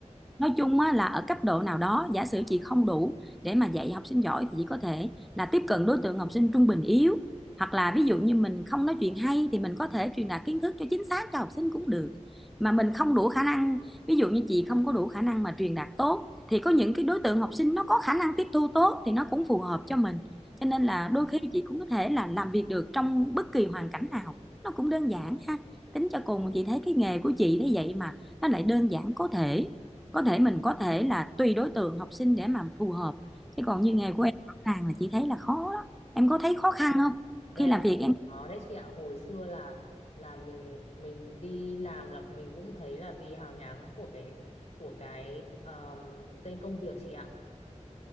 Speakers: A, in the centre; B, on the left (about 65°).
A: nói chung á, là ở cấp độ nào đó giả sử chị không đủ để mà dạy học sinh giỏi thì chị có thể là tiếp cận đối tượng học sinh trung bình yếu hoặc là ví dụ như mình không nói chuyện hay thì mình có thể truyền đạt kiến thức cho chính xác cho học sinh cũng được mà mình không đủ khả năng ví dụ như chị không có đủ khả năng mà truyền đạt tốt thì có những cái đối tượng học sinh nó có khả năng tiếp thu tốt thì nó cũng phù hợp cho mình cho nên là đôi khi chị cũng có thể là làm việc được trong bất kỳ hoàn cảnh nào nó cũng đơn giản ha tính cho cùng chị thấy cái nghề của chị thế vậy mà nó lại đơn giản có thể có thể mình có thể là tùy đối tượng học sinh để mà phù hợp chứ còn như nghề của em rõ ràng là chị thấy là khó lắm em có thấy khó khăn không
B: Thật ra
A: khi
B: em
A: làm việc
B: thấy
A: em
B: có đấy chị ạ hồi xưa là là mình mình đi làm là mình cũng thấy là vì hào nhoáng của cái của cái um, tên công việc chị ạ